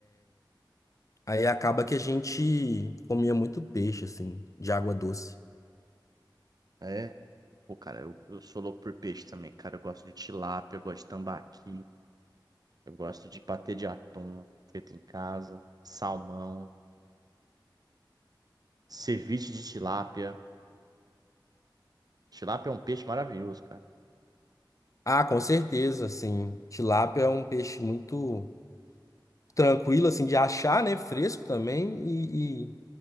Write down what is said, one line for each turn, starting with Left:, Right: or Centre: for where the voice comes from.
Left: Aí acaba que a gente comia muito peixe, assim, de água doce.
Right: É. Pô, cara, eu, eu sou louco por peixe também, cara. Eu gosto de tilápia, eu gosto de tambaqui, eu gosto de patê de atum feito em casa, salmão, ceviche de tilápia. Tilápia é um peixe maravilhoso, cara.
Left: Ah, com certeza, assim, tilápia é um peixe muito tranquilo, assim, de achar, né? Fresco também e, e,